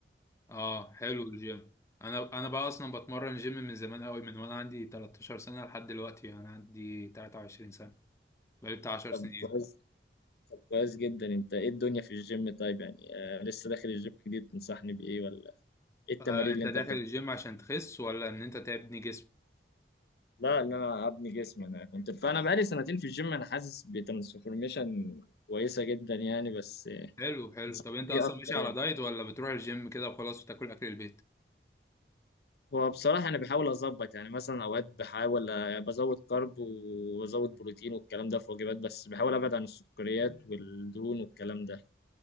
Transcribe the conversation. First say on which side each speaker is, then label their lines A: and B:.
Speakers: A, on the left; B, on the left.
A: اه حلو الجيم انا انا بقى اصلا بتمرن جيم من زمان قوي من وانا عندي 13 سنة لحد دلوقتي انا عندي 23 سنة بقالي بتاع 10
B: طب
A: سنين
B: كويس طب كويس جدا انت ايه الدنيا في الجيم طيب يعني آه لسه داخل الجيم جديد تنصحني بايه ولا ايه التمارين
A: آه انت
B: اللي انت
A: داخل
B: بتاخدها
A: الجيم عشان تخس ولا ان انت تبني جسم
B: لا ان انا ابني جسمي انا كنت فانا بقالي سنتين في الجيم انا حاسس بترانسفورميشن كويسه جدا يعني بس آه،
A: حلو حلو
B: تنصحني
A: طب انت
B: بيه
A: اصلا
B: اكتر
A: ماشي على
B: يعني
A: دايت ولا بتروح الجيم كده وخلاص وتاكل اكل البيت
B: هو بصراحه انا بحاول اظبط يعني مثلا اوقات بحاول آه، بزود كارب وبزود بروتين والكلام ده في وجبات بس بحاول ابعد عن السكريات والدهون والكلام ده